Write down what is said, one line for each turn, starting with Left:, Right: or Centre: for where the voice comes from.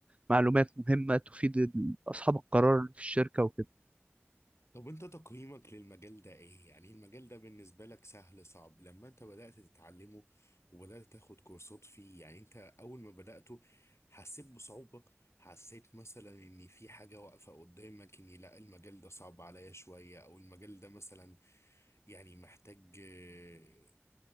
Right: معلومات مهمة تفيد ال- أصحاب القرار اللي في الشركة وكده
Left: طب انت تقييمك للمجال ده ايه يعني المجال ده بالنسبة لك سهل صعب لما انت بدأت تتعلمه وبدأت تاخد كورسات فيه يعني انت اول ما بدأته حسيت بصعوبة حسيت مثلا ان في حاجة واقفة قدامك اني لا المجال ده صعب عليا شوية او المجال ده مثلا يعني محتاج آه،